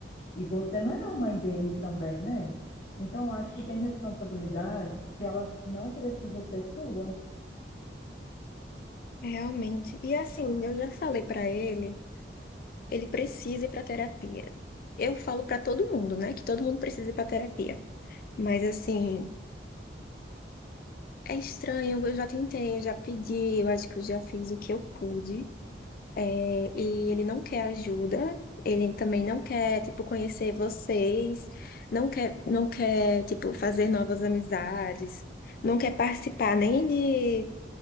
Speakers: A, on the left; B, on the left.
A: E você não é a mãe dele também, né? Então, eu acho que tem responsabilidades que ela não precisa ser sua.
B: Realmente. E assim, eu já falei pra ele, ele precisa ir pra terapia. Eu falo pra todo mundo, né, que todo mundo precisa ir pra terapia. Mas assim, é estranho, eu já tentei, eu já pedi, eu acho que eu já fiz o que eu pude. É, e ele não quer ajuda, ele também não quer, tipo, conhecer vocês, não quer, não quer, tipo, fazer novas amizades, não quer participar nem de,